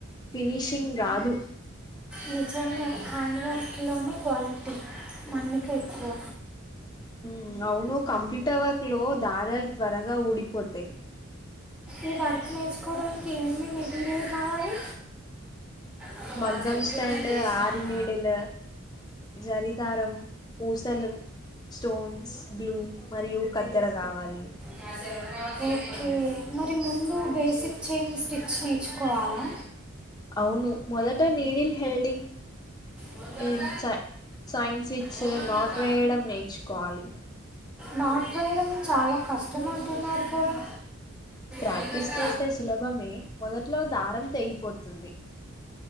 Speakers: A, on the left; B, in the centre.
A: ఫినిషింగ్ రాదు
B: నిజమే హ్యాండ్వర్క్లోనే క్వాలిటీ మన్నికా ఎక్కువ
A: ఉ అవును కంప్యూటర్ వర్క్ లో దారలు త్వరగా ఊడిపోతాయ్.
B: ఈ వర్క్ నేర్చుకోవడానికి ఏమేమి మెటీరియల్ కావాలి. అమ్మ
A: మగ్గం
B: వాళ్ళు చెప్పారు
A: స్టాండు
B: నేను చేసిన
A: ఆరినిడిలు
B: అమ్మ
A: జర్రి దారం పూసలు స్టోన్స్ బ్లూ మరియు కత్తెర కావాలి
B: <inaudible> ఓకే మరి ముందు బేసిక్ చైన్ స్టిచ్ నేర్చుకోవాలా.
A: అవును మొదట నిడిల్ హెల్డింగ్
B: వద్దక్క
A: యెంగ్ చై చైన్స్ సిచ్చు
B: ఓ మణికక్క
A: నాట్ వేయడం నేర్చుకోవాలి.
B: నాటు వేయడం చాలా కష్టం అంటున్నారు కదా.
A: ప్రాక్టీస్
B: మణికక్క
A: చేస్తే సులభమే మొదట్లో దారం తెగిపోతుంది